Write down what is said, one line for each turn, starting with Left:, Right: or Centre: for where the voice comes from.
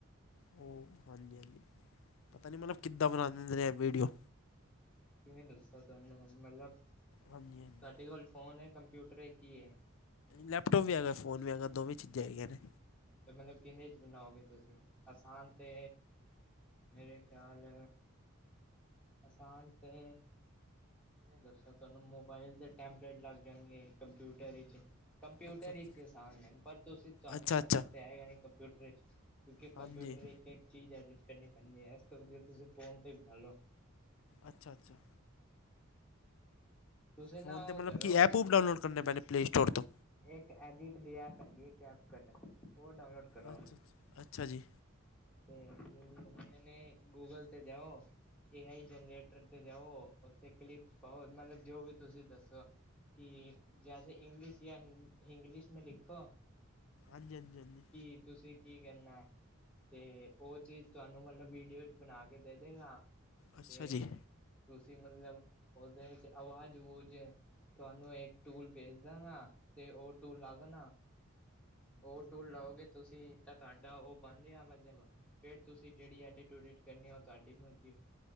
Left: ਓਹ ਹਾਂਜੀ ਹਾਂਜੀ, ਪਤਾ ਨੀ ਮਤਲਬ ਕਿੱਦਾਂ ਬਣਾ ਦਿੰਦੇ ਨੇ ਐ ਵੀਡੀਓ।
Centre: ਕਿਵੇਂ ਦੱਸਾਂ ਤੁਹਾਨੂੰ ਹੁਣ ਮਤਲਬ
Left: ਹਾਂਜੀ ਹਾਂਜੀ
Centre: ਤੁਹਾਡੇ ਕੋਲ ਫ਼ੋਨ ਏ, ਕੰਪਿਊਟਰ ਏ ਕੀ ਏ?
Left: ਲੈਪਟੋਪ ਵੀ ਹੈਗਾ ਫੋਨ ਵੀ ਹੈਗਾ ਦੋਵੇਂ ਚੀਜ਼ਾਂ ਹੈਗੀਆਂ ਨੇ।
Centre: ਤੇ ਮਤਲਬ ਕਿੰਨੇ ਚ ਬਣਾਓਗੇ ਤੁਸੀ ਆਸਾਨ ਤੇ ਮੇਰੇ ਖਿਆਲ ਅਸਾਨ ਤੇ ਮੈਂ ਦੱਸਾਂ ਤੁਹਾਨੂੰ ਮੋਬਾਇਲ ਦੇ ਟੈਂਪਲੇਟ ਲੱਗ ਜਾਣਗੇ ਕੰਪਿਊਟਰ ਇਚ। ਕੰਪਿਊਟਰ
Left: ਅੱਛਾ
Centre: ਇਚ
Left: ਅੱਛਾ
Centre: ਈ ਅਸਾਨ ਨੇ ਪਰ ਤੁਸੀ ਤੁਹਾਨੂੰ
Left: ਅੱਛਾ
Centre: ਸਮਝ
Left: ਅੱਛਾ ਅੱਛਾ
Centre: ਤੇ ਆਏਗਾ ਨੀ ਕੰਪਿਊਟਰ ਇਚ। ਕਿਉਂਕਿ
Left: ਹਾਂਜੀ
Centre: ਕੰਪਿਊਟਰ ਇੱਕ ਇੱਕ ਚੀਜ਼ ਐਡਿਟ ਕਰਨੀ ਪੈਂਦੀ ਐ, ਇਸ ਤੋਂ ਵਧੀਆ ਤੁਸੀਂ ਫੋਨ ਤੇ ਹੀ ਬਣਾ ਲਉ।
Left: ਅੱਛਾ-ਅੱਛਾ।
Centre: ਤੁਸੀਂ ਨਾ
Left: ਫ਼ੋਨ ਤੇ
Centre: ਉਹ
Left: ਮਤਲਬ
Centre: ਕਰੋ
Left: ਕੀ ਐਪ ਉਪ ਡਾਊਨਲੋਡ ਕਰਨੇ ਪੈਣੇ ਪਲੇ ਸਟੋਰ ਤੋਂ।
Centre: ਇੱਕ ਐਡਿਟ ਦੀ ਐਪ ਹੈਗੀ ਕੈਪਕਟ ਉਹ ਡਾਊਨਲੋਡ ਕਰੋ
Left: ਅੱਛ-ਅੱਛ, ਅੱਛਾ ਜੀ।
Centre: ਤੇ ਜਿਹੜੀ ਹੋਂਦੀਆਂ ਨੇ ਗੂਗਲ ਤੇ ਜਾਓ ਏ ਆਈ ਜਨਰੇਟਰ ਤੇ ਜਾਓ ਓਥੇ ਕਲਿਪਸ ਪਾਓ ਮਤਲਬ ਜੋ ਵੀ ਤੁਸੀ ਦੱਸੋ ਕਿ ਜੈਸੇ ਇੰਗਲਿਸ਼ ਯਾਂ ਹਿਂ ਹਿਂਗਲਿਸ਼ ਮੇਂ ਲਿਖੋ।
Left: ਹਾਂਜੀ-ਹਾਂਜੀ-ਹਾਂਜੀ।
Centre: ਕੀ ਤੁਸੀ ਕੀ ਕਰਨਾ? ਤੇ ਓ ਚੀਜ਼ ਤੁਹਾਨੂੰ ਮਤਲਬ ਵੀਡੀਓ ਚ ਬਣਾ ਕੇ ਦੇ ਦੇਗਾ।
Left: ਅੱਛਾ
Centre: ਤੇ
Left: ਜੀ
Centre: ਤੁਸੀ ਮਤਲਬ ਓਦੇ ਚ ਆਵਾਜ਼ ਵੂਜ ਤੁਹਾਨੂੰ ਇੱਕ ਟੂਲ ਭੇਜ ਦਾਂਗਾ ਤੇ ਓ ਟੂਲ ਲਾ ਲੈਣਾ। ਓ ਟੂਲ ਲਓਗੇ ਤੁਸੀ। ਤਾਂ ਤੁਹਾਡਾ ਓ ਬਨ ਯਾ ਮਤਲਬ ਫੇਰ ਤੁਸੀ ਜੇਹੜੀ ਐਡਿਟ ਉਡਿਟ ਕਰਨੀ ਐ ਓ ਤੁਹਾਡੀ ਮਰਜ਼ੀ।